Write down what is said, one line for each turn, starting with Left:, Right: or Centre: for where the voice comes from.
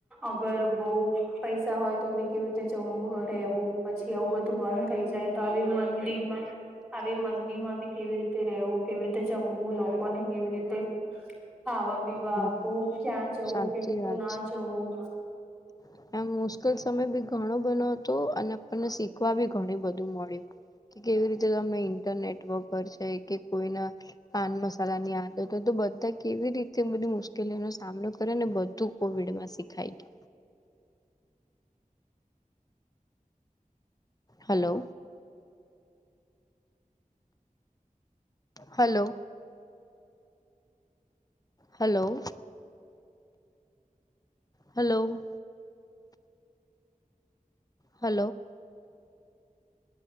Centre: અગર બઉ પૈસા હોય તો બી કેવી રીતે જમવું રહેવું પછી આવું બધું બંધ થઈ જાય તો આવી મંદી માં આવી મંદી માં બી કેવી રીતે રેવું કેવી રીતે જમવું લોકોને કેવી રીતે ખાવા પીવા
Left: હા
Centre: આપવું. ક્યાં જવું
Left: સાચી
Centre: કેટલું
Left: વાત
Centre: ના
Left: છે
Centre: જવું.
Left: <inaudible> એમ મુશ્કેલ સમય બી ઘણો બનું હતું અને આપણને શીખવા બી ઘણી બધું મળ્યું. કે કેવી રીતે તમે ઇન્ટરનેટ વાપરશે કે કોઈના પાન મસાલાની આદતો હોય તો બધા કેવી રીતે બધી મુશ્કેલીઓ નો સામનો કરે ને બધું કોવિડમાં શીખાય ગય hello hello hello hello. Hello